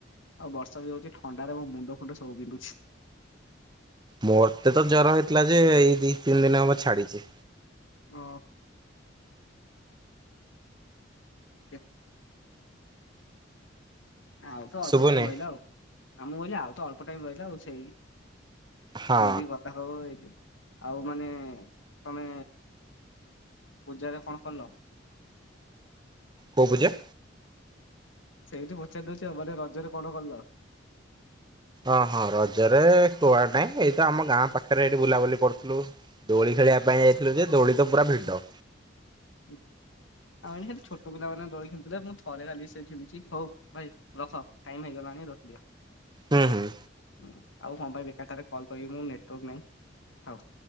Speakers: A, on the left (about 80°); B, on the right (about 25°).
A: ଆଉ ବର୍ଷା ବି ହଉଚି ଥଣ୍ଡାରେ ମୋ ମୁଣ୍ଡ ଫୁଣ୍ଡ ସବୁ ବିିନ୍ଧୁଛି।
B: ମୋରତେ ତ ଜର ହେଇଥିଲା ଯେ ଏଇ ଦି ତିନି ଦିନି ହବ ଛାଡିଚି।
A: ଓ। <unintelligible> ଆଉ ତ ଅଳ୍ପ
B: ଶୁଭୁନି
A: ଟାଇମ ରହିଲା ଆଉ ଆଉ ମୁଁ କହିଲି ଆଉ ତ ଅଳ୍ପ ଟାଇମ ରହିଲା ଆଉ ସେଇ
B: ହଁ
A: ସେବି କଥା ହୋଉ ହୋଉ ଏ ଯୋଉ ଆଉ ମାନେ ତମେ ପୂଜା ରେ କଣ କଲ?
B: କଉ ପୁଜା?
A: ସେଇଠି ପଚାରି ଦଉଚି ଆ ମାନେ ରଜରେ କଣ କଲ?
B: ଅ ହଁ ରଜରେ କୁଆଡ ନାଇଁ ଏଇତ ଆମ ଗାଁ ପାଖରେ ଏଇଠି ବୁଲାବୁଲି କରୁଥୁଲୁ। ଦୋଳି ଖେଳିବା ପାଇଁ
A: ହଁ
B: ଯାଇଥିଲୁ ଯେ ଦୋଳି ତ ପୁରା ଭିଡ଼।
A: ହୁଁ। ଆଉ ଏଠି ଖଲି ଛୋଟ ପିଲାମାନୋନ ଦଳି ଖେଳୁଥିଲେ ମୁଁ ଥରେ ଆଲି ସେ ଝୁଲିଛି ହଉ ଭାଇ ରଖ ଟାଇମ ହେଇଗଲାଣି ରଖିଦିଅ। <inaudible>
B: ହୁଁ ହୁଁ।
A: ହଁ ଆଉ ହଁ ପାଇଁ ବେକାରଟାରେ କଲ୍ କରିବି ମୁଁ ନେଟୱାର୍କ ନାହିଁ ଥାଉ।